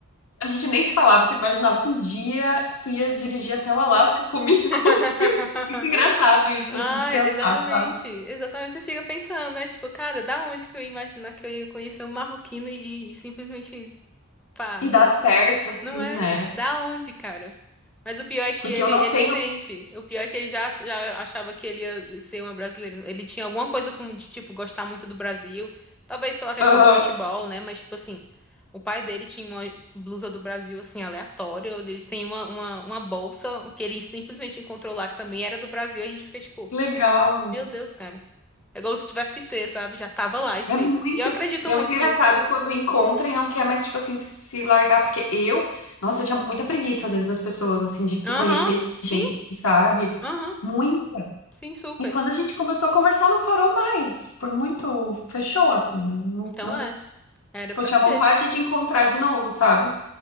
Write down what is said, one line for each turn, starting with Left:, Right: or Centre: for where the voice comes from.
Left: a gente nem se falava, tu imaginava que um dia tu ia dirigir até o Alasca <laughs> comigo?
Centre: <laughs>
Left: Muito engraçado isso,
Centre: Ai,
Left: assim, de pensar,
Centre: exatamente.
Left: sabe?
Centre: Exatamente. Você fica pensando, né? Tipo, cara, da onde que eu ia imaginar que eu ia conhecer um marroquino e, e simplesmente pá,
Left: E
Centre: entendeu?
Left: dá certo, assim,
Centre: Não é?
Left: né?
Centre: Da onde, cara? Mas o pior é que
Left: Porque
Centre: ele,
Left: eu não
Centre: ele
Left: tenho.
Centre: sente. O pior é que ele já, já achava que ele ia ser uma brasileira. Ele tinha alguma coisa com, de, tipo, gostar muito do Brasil. Talvez pela questão
Left: Aham,
Centre: do futebol, né? Mas, tipo assim, o pai dele tinha uma blusa do Brasil, assim, aleatória. Eles têm uma, uma, uma bolsa que ele simplesmente encontrou lá, que também era do Brasil. E a gente fica, tipo,
Left: legal.
Centre: meu Deus, cara. É como se tivesse que ser, sabe? Já tava lá escrito.
Left: É muito.
Centre: E eu acredito
Left: E é
Centre: muito
Left: muito engraçado
Centre: nisso.
Left: quando encontra e não quer mais, tipo assim, se largar. Porque eu, nossa, eu tinha muita preguiça, às vezes, das pessoas, assim, de
Centre: Aham,
Left: conhecer
Centre: sim,
Left: gente, sabe?
Centre: aham,
Left: Muita.
Centre: sim, super.
Left: E quando a gente começou a conversar, não parou mais. Foi muito. Fechou, assim. Não,
Centre: Então
Left: não...
Centre: é. Era
Left: Tipo,
Centre: pra
Left: eu tinha
Centre: ser.
Left: vontade de encontrar de novo, sabe?